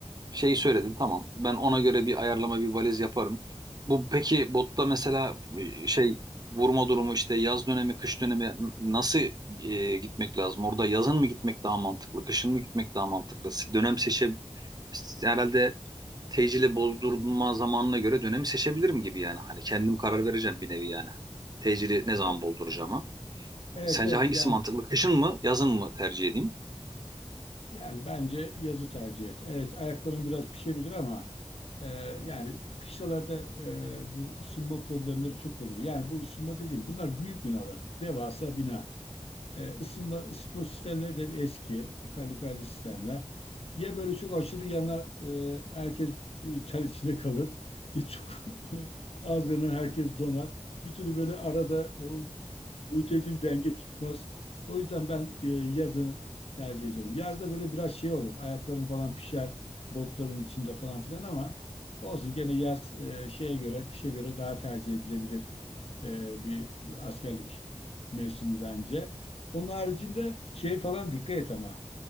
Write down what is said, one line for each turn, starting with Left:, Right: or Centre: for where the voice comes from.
Right: şeyi söyledin tamam ben ona göre bir ayarlama bir valiz yaparım. Bu peki botta mesela e, şey vurma durumu işte yaz dönemi kış dönemi n- nasıl e, gitmek lazım? Orada yazın mı gitmek daha mantıklı kışın mı gitmek daha mantıklı? Dönem seçe herhalde Tecile bozdurma zamanına göre dönemi seçebilirim gibi yani. Hani kendim karar vereceğim bir nevi yani. Tecili ne zaman
Left: E,
Right: bozduracağıma.
Left: Evet
Right: Sence
Left: evet
Right: hangisi
Left: yani
Right: mantıklı? Kışın mı, yazın mı tercih edeyim?
Left: Yani bence yazı tercih et. Evet ayakların biraz pişebilir ama e, yani kışlalarda e, bu ısınma problemleri çok oluyor. Yani bu ısınma dediğim bunlar büyük binalar, devasa bina. E, ısınma ısıtma sistemleri de bir eski, kaloriferli sistemler. Ya böyle çok aşırı yanar, e, herkes e, ter içinde kalır. Ya çok <laughs> az yanar, herkes donar. Bir türlü böyle arada e, o Mutedil denge tutmaz. O yüzden ben e, yazını tercih ediyorum. Yazda böyle biraz şey olur. Ayaklarım falan pişer botların içinde falan filan ama olsun gene yaz e, şeye göre, kışa göre daha tercih edilebilir e, bir, bir askerlik mevsimi bence. Onun haricinde şey falan dikkat et ama